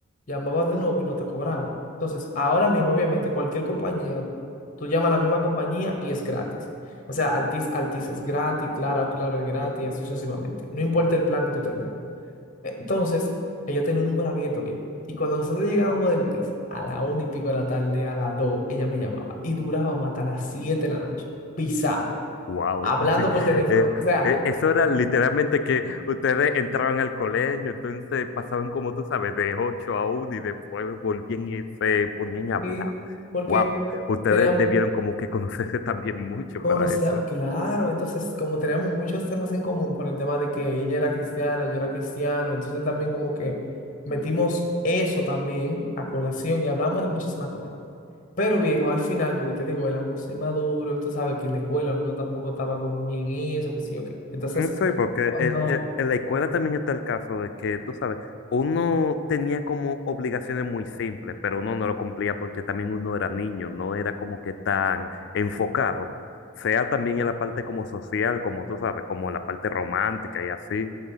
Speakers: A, on the left; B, on the left.
A: llamabas de nuevo y no te cobraban. Entonces, ahora mismo, obviamente, cualquier compañía, tú llamas a la misma compañía y es gratis. O sea, Altis, Altis es gratis, Claro, Claro es gratis, así sucesivamente. No importa el plan que tú tengas. E, Entonces, ella tenía un número abierto, bien. Y cuando nosotros llegábamos del Brisa, a la una y pico de la tarde, a las 2, ella me llamaba. Y durábamos hasta las 7 de la noche. Pisado
B: Wow,
A: hablando
B: <laughs>
A: por teléfono.
B: es,
A: O sea,
B: es- eso era literalmente que ustedes entraban al colegio, entonces pasaban como tú sabes, de 8 a 1 y después volvían y se ponían a hablar.
A: y porque
B: Wow, ustedes
A: teníamos,
B: debieron como que conocerse <laughs> también mucho
A: conocía,
B: para eso.
A: claro, entonces como teníamos muchos temas en común por el tema de que ella era cristiana, yo era cristiano, entonces también como que metimos eso también a colación y hablamos de muchísimas cosas. Pero viejo, al final, porque te digo, éramos inmaduros, tú sabes que en la escuela uno tampoco estaba como muy en eso, que sí o qué. Entonces,
B: Mm, Sí, porque
A: cuando
B: el- el- en la escuela también está el caso de que, tú sabes, uno tenía como obligaciones muy simples, pero uno no lo cumplía porque también uno era niño, no era como que tan enfocado, sea también en la parte como social, como tú sabes, como la parte romántica y así,